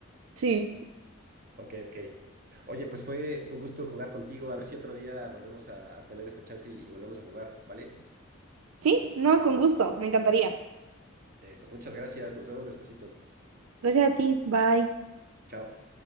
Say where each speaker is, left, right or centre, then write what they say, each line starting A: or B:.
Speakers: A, on the right; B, on the right.
A: Sí,
B: Ok, ok. Oye, pues fue un gusto jugar contigo. A ver si otro día volvemos a, a tener esta chance y, y volvemos a jugar, ¿vale?
A: Sí, no, con gusto, me encantaría.
B: Eh, pues muchas gracias. Nos vemos despuesito.
A: Gracias a ti, bye.
B: Chao.